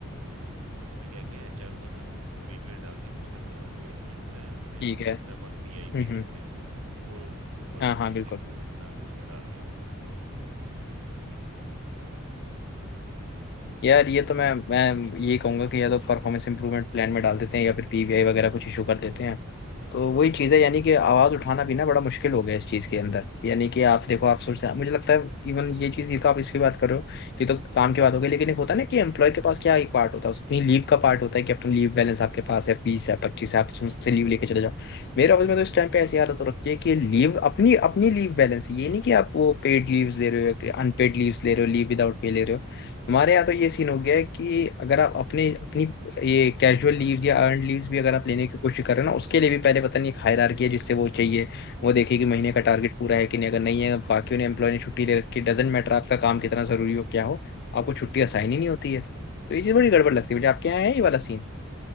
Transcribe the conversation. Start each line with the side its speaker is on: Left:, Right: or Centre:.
Right: तो बोल तो उसने क्या किया एचआर को ना मेल-वेल डाल दी कुछ करके और जो एक नहीं होता है हमारे यहाँ
Left: ठीक
Right: पे
Left: है
Right: चलता है बहुत पीआईपी
Left: हम्म हम्म
Right: करके, वो परफॉर्मेंस
Left: हाँ हाँ बिल्कुल
Right: इंप्रूवमेंट प्लान उसमें डाल दिया उसने।
Left: यार ये तो मैं मैं ये कहूंगा कि या तो परफॉर्मेंस इंप्रूवमेंट प्लान में डाल देते हैं या फिर पीबीआई वगैरह कुछ इशू कर देते हैं तो वही चीज़ है यानी कि आवाज उठाना भी ना बड़ा मुश्किल हो गया इस चीज के अंदर यानी कि आप देखो आप सोचते हैं मुझे लगता है इवन ये चीज ये तो आप इसकी बात कर रहे हो ये तो काम की बात हो गई लेकिन एक होता है ना कि एम्प्लॉय के पास क्या एक पार्ट होता है अपनी लीव का पार्ट होता है कि अपना लीव बैलेंस आपके पास है बीस है पच्चीस है आप उसमें से लीव लेके चले जाओ मेरे ऑफिस में तो इस टाइम पे ऐसी हालत हो रखी है कि लीव अपनी अपनी लीव बैलेंस ये नहीं कि आप वो पेड लीव्स ले रहे हो अनपेड लीव्स ले रहे हो लीव विदाउट पे ले रहे हो हमारे यहाँ तो ये सीन हो गया है कि अगर आप अपने अपनी ये कैजुअल लीव्स या अर्न लीव्स भी अगर आप लेने की कोशिश कर रहे हो ना उसके लिए भी पहले पता नहीं एक हायरार्की है जिससे वो चाहिए वो देखे कि महीने का टारगेट पूरा है कि नहीं अगर नहीं है बाकियों ने एम्प्लॉय ने छुट्टी ले रखी डजेंट मैटर आपका काम कितना जरूरी हो क्या हो आपको छुट्टी असाइन ही नहीं होती है तो ये चीज़ बड़ी गड़बड़ लगती है मुझे आपके यहाँ है ये वाला सीन